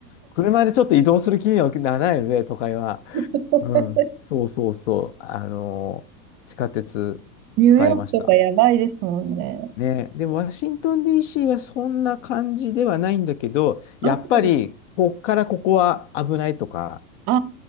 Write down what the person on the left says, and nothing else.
車でちょっと移動する気にはならないので、都会は。
うん。そうそうそう。あの地下鉄使いました。
ね。で、ワシントン DC はそんな感じではないんだけど、やっぱり、
こっからここは危ないとか、